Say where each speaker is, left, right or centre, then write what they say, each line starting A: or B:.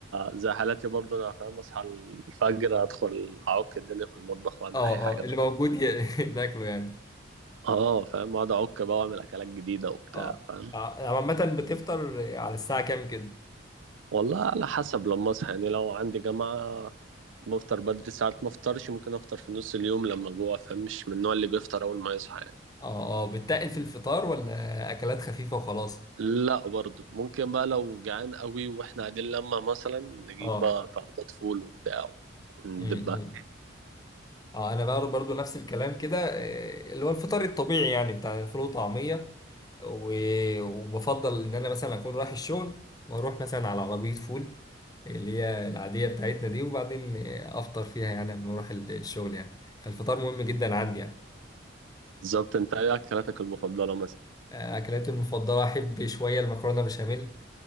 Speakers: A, on the right (about 80°); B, on the left (about 20°).
A: زي حالاتي برضه انا فاهم اصحى الفجر ادخل اعك الدنيا في المطبخ واعمل
B: اه
A: اي حاجة
B: اه
A: بقى.
B: اللي موجود ي- <laughs> ناكله يعني
A: اه فاهم اقعد اعك بقى واعمل اكلات جديدة وبتاع
B: اه
A: فاهم
B: آه، عامة بتفطر على الساعة كام كده؟
A: والله على حسب لما اصحى يعني لو عندي جامعة بفطر بدري ساعات ما افطرش ممكن افطر في نص اليوم لما جوع فاهم مش من النوع اللي بيفطر اول ما يصحى يعني
B: اه اه بتتقل في الفطار ولا أكلات خفيفة وخلاص؟
A: لا برضه ممكن بقى لو جعان قوي واحنا قاعدين لما مثلا نجيب
B: اه
A: بقى طلبات فول وبتاع وندبها
B: امم اه انا بقى برضو نفس الكلام كده آه، اللي هو الفطار الطبيعي يعني بتاع فول وطعمية و- وبفضل ان انا مثلا اكون رايح الشغل واروح مثلا على عربية فول اللي هي العادية بتاعتنا دي وبعدين آه، افطر فيها يعني قبل ما اروح ال- الشغل يعني فالفطار مهم جدا عندي يعني
A: بالظبط انت ايه اكلاتك المفضلة مثلا
B: آه، اكلاتي المفضلة احب شوية المكرونة بشاميل